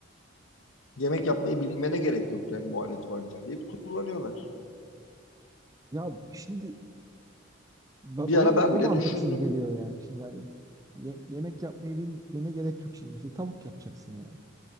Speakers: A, on the left; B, on the right.
A: Yemek yapmayı bilmene gerek yok yani bu alet varken deyip kullanıyorlar.
B: Ya şimdi ba-
A: Bir
B: bana
A: ara ben
B: da o
A: bile
B: mantıksız
A: düşündüm.
B: geliyor yani. Şimdi hani ye- yemek yapmayı bilmene gerek yok şimdi. Mesela tavuk yapacaksın yani.